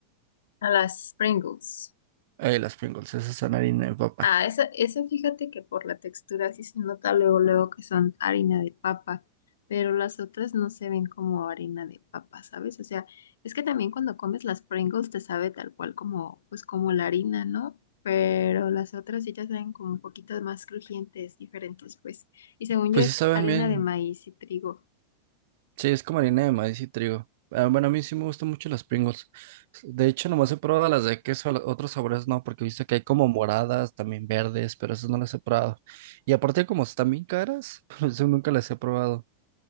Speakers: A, on the left; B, on the right.
A: A las Pringles.
B: Eh, las Pringles, esas son harina de papa.
A: Ah, esa, esa fíjate que por la textura sí se nota luego, luego que son harina de papa, pero las otras no se ven como harina de papa, ¿sabes? O sea, es que también cuando comes las Pringles te sabe tal cual como, pues como la harina, ¿no? Pero las otras sí ya saben como un poquito más crujientes, diferentes, pues. Y según
B: Pues
A: yo es
B: sí saben
A: harina
B: bien.
A: de maíz y trigo.
B: Sí, es como harina de maíz y trigo. Ah, bueno, a mí sí me gustan mucho las Pringles. De hecho, nomás he probado las de queso, la- otros sabores no, porque he visto que hay como moradas, también verdes, pero esas no las he probado. Y aparte, como están bien caras, <laughs> por eso nunca las he probado.